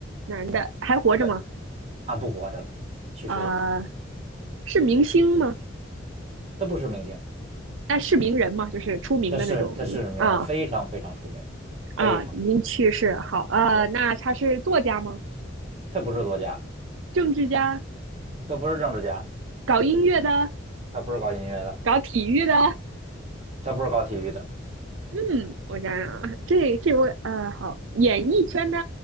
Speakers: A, on the right; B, on the right.
A: 男的还活着吗？
B: 对啊，不活着了，去世了，
A: 呃，是明星吗？
B: 他不是明星。
A: 哎、是名人吗？就是出名的那种啊
B: 他是他是名人，非常非常出名，
A: 啊，
B: 非常
A: 已经去世。好，呃，
B: 对。
A: 那他是作家吗？
B: 他不是作家，
A: 政治家？
B: 他不是政治家，
A: 搞音乐的？
B: 他不是搞音乐的，
A: 搞体育的？
B: 他不是搞体育的，
A: 嗯，我想想啊，这这位呃，好，演艺圈的，